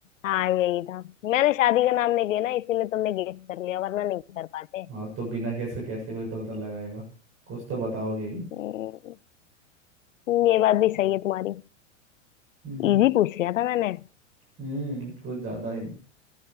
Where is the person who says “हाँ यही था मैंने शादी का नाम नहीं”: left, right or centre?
Left